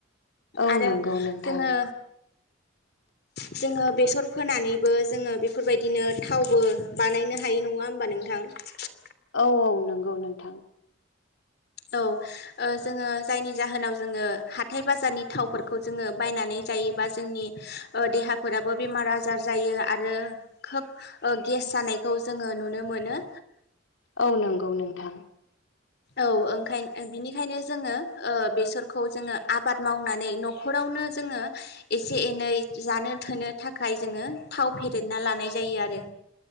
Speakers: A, on the left; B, on the left.
A: औ
B: आरो
A: नंगौ नोंथां
B: जोङो
A: <inaudible>
B: जोङो बेसर फोनानैबो जोङो बेफोरबायदिनो थावबो बानायनो हायो नङा होमबा नोंथां । थां
A: औ औ नंगौ नोंथां ।
B: औ जोङो जायनि जाहोनाव जोङो हाथाय बाजारनि थावफोरखौ जोङो बायनानै जायोबा जोंनि देहाफोराबो बेमार आजार जायो आरो खोब गेस सानायखौ जोङो नुनो मोनो।
A: औ नंगौ नोंथां
B: औ ओंखाय बिनिखायनो जोङो ओ बेसरखौ जोङो आबाद मावनानै न'ख नखरावनो जोङो एसे एनै जानो थोनो थाखाय जोङो थाव फेदेरना लानाय जायो। ए आरो